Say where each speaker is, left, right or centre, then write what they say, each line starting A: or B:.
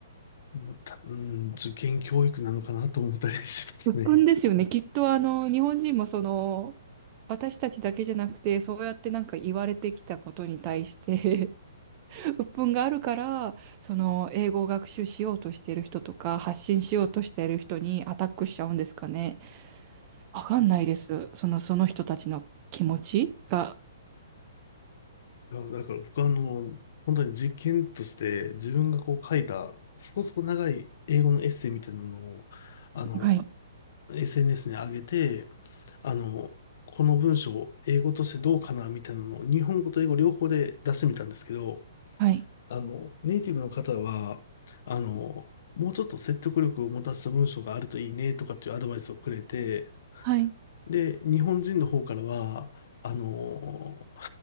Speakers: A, on the left; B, on the right.
A: また、うん、受験教育なのかなと思ったりしますね。
B: 鬱憤ですよね。きっとあの、日本人もその、私たちだけじゃなくて、そうやってなんか言われてきたことに対して <laughs> 鬱憤があるから、その、英語を学習しようとしてる人とか、発信しようとしてる人にアタックしちゃうんですかね。わかんないです。
A: <laughs> い
B: その、その人たちの気持ちが。
A: やだから僕はあの、本当に実験として自分がこう書いた、そこそこ長い英語のエッセイみたいなのを、あの、
B: はい。
A: SNS に上げて、あの、この文章を英語としてどうかなみたいなのを日本語と英語両方で出してみたんですけど、
B: はい。
A: あの、ネイティブの方は、あの、もうちょっと説得力を持たせた文章があるといいねとかっていうアドバイスをくれて、
B: はい。
A: で、日本人の方からは、あの、